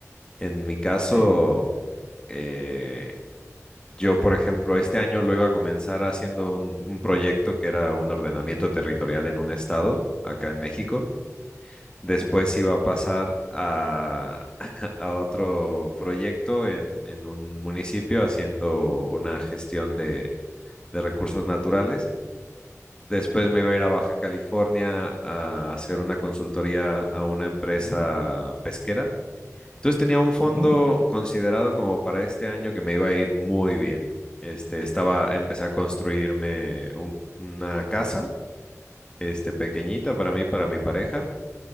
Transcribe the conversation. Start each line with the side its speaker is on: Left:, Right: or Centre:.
Left: En mi caso,
Right: ¿Sí?
Left: eh, yo, por ejemplo, este año lo iba a comenzar haciendo un un proyecto que era un ordenamiento territorial en un estado acá en México. Después iba a pasar a, <laughs> a otro proyecto en, en un municipio haciendo una gestión de, de recursos naturales. Después me iba a ir a Baja California a hacer una consultoría a una empresa
Right: ¿Sí? ¿Sí?
Left: pesquera. Entonces tenía un fondo
Right: Ujú,
Left: considerado como para este año que me iba a ir muy bien. Este, estaba, empecé a construirme un- una casa, este, pequeñita para mí, para mi pareja